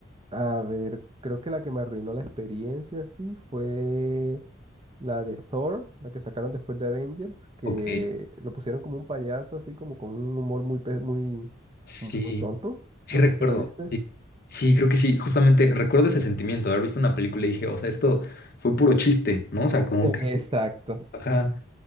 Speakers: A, on the right (about 30°); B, on the left (about 50°).
A: A ver, creo que la que me arruinó la experiencia, sí, fue la de Thor, la que sacaron después de Avengers, que
B: Ok,
A: lo pusieron como un payaso, así como con un humor muy, pe- muy,
B: sí,
A: muy tonto.
B: sí
A: No
B: recuerdo.
A: sé si la viste.
B: Sí, sí, creo que sí. Justamente recuerdo ese sentimiento de haber visto una película y dije, o sea, esto fue puro chiste, ¿no? O sea, como
A: Exacto,
B: que Ajá.